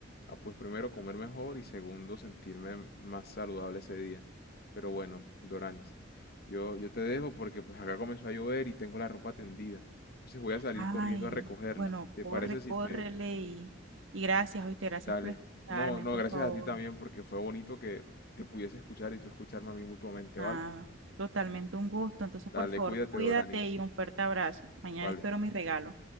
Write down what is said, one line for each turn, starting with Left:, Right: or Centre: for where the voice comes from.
Left: a pues primero comer mejor y segundo sentirme más saludable ese día. Pero bueno, Doranis, yo, yo te dejo porque pues acá comenzó a llover y tengo la ropa tendida. Entonces voy a salir
Right: Ay,
Left: corriendo a recogerla.
Right: bueno,
Left: ¿Te
Right: corre,
Left: parece
Right: córrele
Left: si te,
Right: y, y gracias, oíste, gracias
Left: Dale.
Right: por escucharme,
Left: No, no,
Right: por
Left: gracias
Right: favor.
Left: a ti también porque fue bonito que te pudiese escuchar y tú escucharme a mí mutuamente,
Right: Nada,
Left: ¿vale?
Right: totalmente un gusto. Entonces,
Left: Dale,
Right: por favor,
Left: cuídate,
Right: cuídate
Left: Doranis.
Right: y un fuerte abrazo. Mañana
Left: Vale.
Right: espero mi regalo.